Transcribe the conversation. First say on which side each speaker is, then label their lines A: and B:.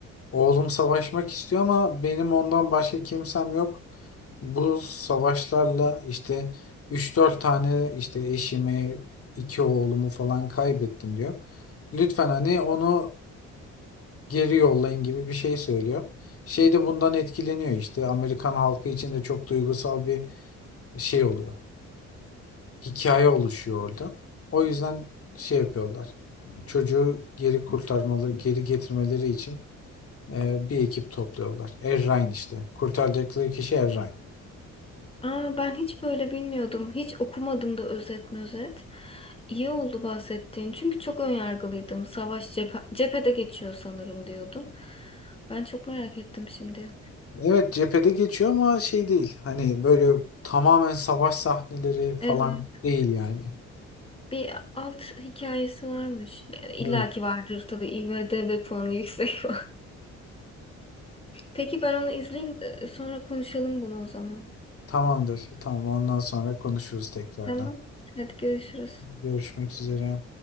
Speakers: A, on the left; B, on the left.
A: Oğlum savaşmak istiyor ama benim ondan başka kimsem yok. Bu savaşlarla işte üç dört tane işte eşimi, iki oğlumu falan kaybettim diyor. Lütfen hani onu geri yollayın gibi bir şey söylüyor. Şey de bundan etkileniyor işte Amerikan halkı için de çok duygusal bir şey oluyor. Hikaye oluşuyor orada. O yüzden şey yapıyorlar. Çocuğu geri kurtarmalı, geri getirmeleri için ee, bir ekip topluyorlar. Errain işte. Kurtaracakları kişi Errain.
B: Aa, ben hiç böyle bilmiyordum. Hiç okumadım da özet özet. İyi oldu bahsettiğin. Çünkü çok önyargılıydım. Savaş cephe, cephede geçiyor sanırım diyordum. Ben çok merak ettim şimdi.
A: Evet cephede geçiyor ama şey değil. Hani böyle tamamen savaş sahneleri falan
B: Evet.
A: değil yani.
B: Bir alt hikayesi varmış. Yani illaki
A: Evet.
B: vardır tabii. IMDb puanı yüksek <laughs> Peki ben onu izleyeyim de sonra konuşalım bunu o zaman.
A: Tamamdır. Tamam ondan sonra konuşuruz tekrardan.
B: Tamam. Hadi görüşürüz.
A: Görüşmek üzere.